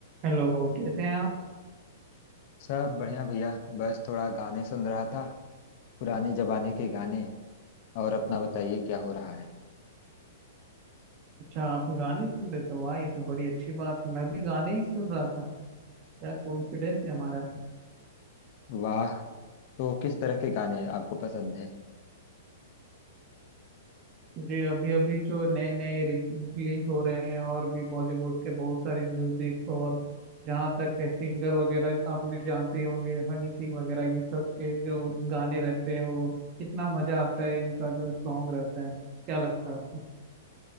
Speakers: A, on the right; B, on the left.
A: Hello कैसे हैं आप
B: सब बढ़िया भैया बस थोड़ा गाने सुन रहा था पुराने जमाने के गाने और अपना बताइए क्या हो रहा है
A: अच्छा आप गाने सुन रहे थे वाह ये तो बड़ी अच्छी बात है मैं भी गाने ही सुन रहा था क्या कोइंसिडेंस है हमारा
B: वाह तो किस तरह के गाने आपको पसंद है
A: जी अभी अभी जो नए नए रिलीज हो रहे हैं और भी बॉलीवुड के बहुत सारे म्यूजिक और जहाँ तक है सिंगर वगैरह आपने जानते ही होंगे हनी सिंह वगैरह ये सब के जो गाने रहते हैं वो कितना मजा आता है इनका जो सॉन्ग रहता है क्या लगता है आपको